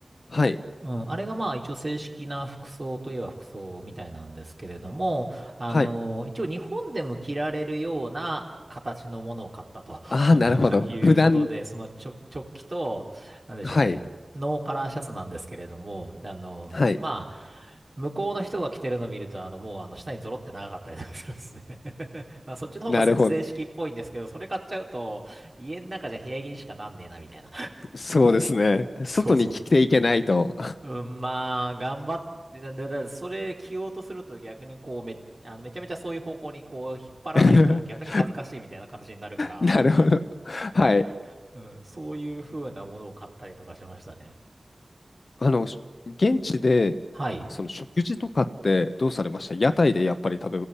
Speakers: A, on the left (about 80°); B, on the right (about 35°).
A: はい。
B: うん、あれがまあ一応正式な服装といえば服装みたいなんですけれども、あの、
A: はい。
B: 一応日本でも着られるような形のものを買ったと
A: ああ、なるほど。
B: <laughs> いうことで、
A: 普段。
B: そのちょ、直帰と、なんでしょうね、
A: はい。
B: ノーカラーシャツなんですけれども、あの、
A: はい。
B: まあ、向こうの人が着てるのを見ると、あの、もうあの、下にゾロって長かったりとかするんですね <laughs> あ、そっちの方がせ正式っぽいんですけど、
A: なるほど。
B: それ買っちゃうと、家の中じゃ部屋着にしかなんねえな、みたいな。
A: そうですね。
B: そうそう。
A: 外に着ていけないと。
B: うん、まあ、頑張って、なだ、だだそれ着ようとすると逆にこう、め、あの、めちゃめちゃそういう方向にこう、引っ張らないと逆に恥ずかしいみたいな形になるから、
A: <laughs> なるほど。はい。
B: <laughs> うん、そういう風なものを買ったりとかしましたね。
A: あの、し現地で、
B: はい。
A: その食事とかってどうされました屋台でやっぱり食